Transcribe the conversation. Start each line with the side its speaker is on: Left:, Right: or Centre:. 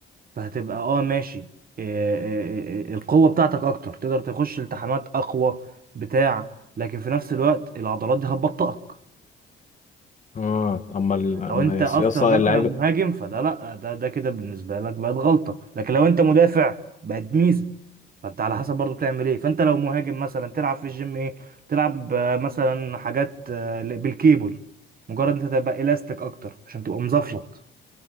Right: فهتبقى اه ماشي إيه إيه إيه القوة بتاعتك اكتر تقدر تخش التحامات اقوى بتاع لكن في نفس الوقت العضلات دي هتبطئك
Left: اه اما ال- أما
Right: لو انت
Left: يا
Right: اصلا
Left: اسطى
Right: مثلا
Left: اللعيبه
Right: مهاجم فده لا ده ده كده بالنسبة لك بقت غلطة لكن لو انت مدافع بقت ميزة فانت على حسب برضو بتعمل ايه فانت لو مهاجم مثلا تلعب في الجيم ايه تلعب آه، مثلا حاجات آه، بالكيبل مجرد انت تبقى الاستيك اكتر عشان تبقى مزفلط